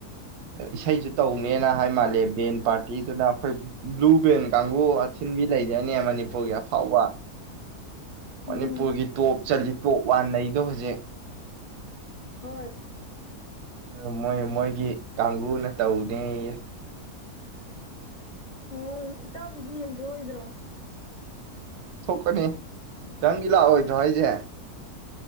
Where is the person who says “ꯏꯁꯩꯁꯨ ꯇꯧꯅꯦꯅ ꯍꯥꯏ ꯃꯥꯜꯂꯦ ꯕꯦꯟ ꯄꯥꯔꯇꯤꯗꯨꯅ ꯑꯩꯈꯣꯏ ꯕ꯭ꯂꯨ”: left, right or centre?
Right